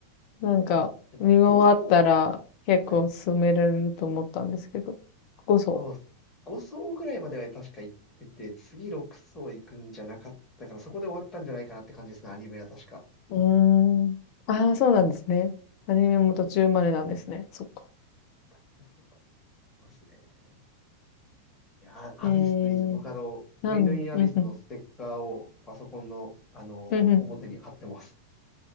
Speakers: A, on the left; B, on the left.
A: なんか、
B: どこまで行ったかな
A: 見終わったら結構進められると思ったんですけど。
B: ?5 層。はい。
A: ここそ
B: そうっす。5層ぐらいまでは確か行ってて、次6層行くんじゃなかったから、そこで終わったんじゃないかなって感じですね、アニメは確か。
A: う。うーん。ああ、そうなんですね。アニメも途中までなんですね。そっか。
B: 確かそうだった気がしますね。いやー、アビスいいですよ僕あの、
A: えー、なん、
B: メイドインアビスのステッカーをパソコンの、
A: うんふん、
B: あのー表に貼ってます。
A: うんふん。